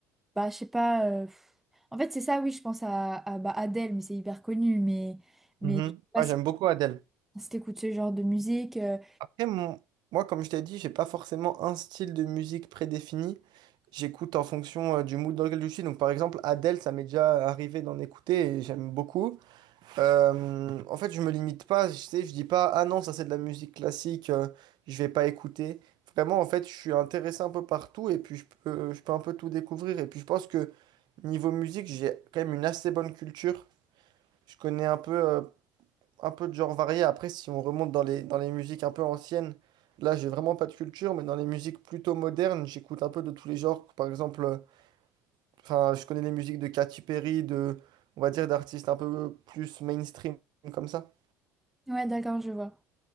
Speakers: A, in the centre; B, on the right.
A: Bah, je sais pas. euh, pff. En fait, c'est ça, oui, je pense à, à bah, Adele, mais c'est hyper connu. Mais, mais
B: Mhm.
A: je sais pas
B: Moi,
A: si,
B: j'aime beaucoup Adele.
A: si t'écoutes ce genre de musique. euh.
B: Après, mon- moi, comme je t'ai dit, j'ai pas forcément un style de musique prédéfini. J'écoute en fonction euh, du mood dans lequel je suis. Donc, par exemple, Adele, ça m'est déjà arrivé d'en écouter et j'aime beaucoup. Euh, en fait, je me limite pas. Je sais, je dis pas, ah non, ça c'est de la musique classique, euh, je vais pas écouter. Vraiment, en fait, je suis intéressé un peu partout et puis je peux, je peux un peu tout découvrir. Et puis, je pense que niveau musique, j'ai quand même une assez bonne culture. Je connais un peu. euh, un peu de genre varié. Après, si on remonte dans les, dans les musiques un peu anciennes, là, j'ai vraiment pas de culture, mais dans les musiques plutôt modernes, j'écoute un peu de tous les genres. Par exemple, euh, enfin, je connais les musiques de Katy Perry, de, on va dire, d'artistes un peu plus mainstream comme ça.
A: Ouais, d'accord, je vois.